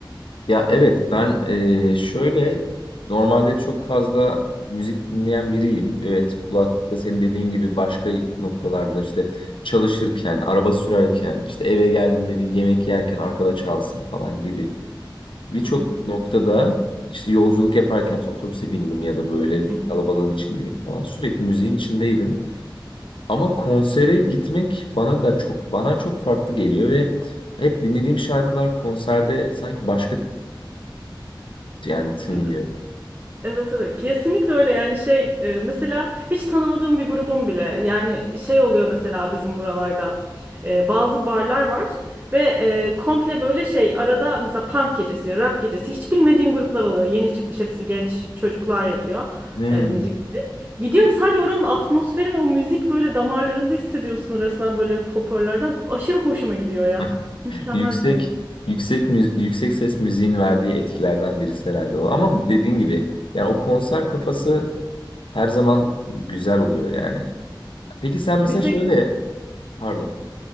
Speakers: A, on the left (about 80°); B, on the right (about 25°).
A: Ya evet ben eee, şöyle normalde çok fazla müzik dinleyen biriyim. Evet kulaklıkla senin dediğin gibi başka noktalarda işte çalışırken, araba sürerken, işte eve geldiğinde bir yemek yerken arkada çalsın falan gibi. Birçok
B: Hı hı.
A: noktada işte yolculuk yaparken mesela otobüse bindim ya da böyle
B: Hı
A: bir
B: hı.
A: kalabalığın içindeyim falan sürekli müziğin içindeydim. Ama konsere gitmek bana da çok bana çok farklı geliyor ve hep dinlediğim şarkılar konserde sanki başka yani tınlıyor.
B: Değil mi? Evet evet kesinlikle öyle yani şey e, mesela hiç tanımadığım bir grubum bile yani şey oluyor mesela bizim buralarda e, bazı barlar var ve e, komple böyle şey arada mesela punk gecesi rock gecesi hiç bilmediğim gruplar oluyor yeni çıkmış hepsi genç çocuklar yapıyor
A: Hmm.
B: e, müzikleri gidiyorum sadece oranın atmosferi ve o müzik böyle damarlarında hissediyorsun resmen böyle hoparlardan aşırı hoşuma gidiyor ya
A: <laughs>
B: mükemmel
A: Yüksek
B: bir şey
A: yüksek müzi- yüksek ses müziğin verdiği etkilerden birisi herhalde o. Ama dediğin gibi yani o konser kafası her zaman güzel oluyor yani. Peki sen mesela
B: bir tek
A: şöyle pardon.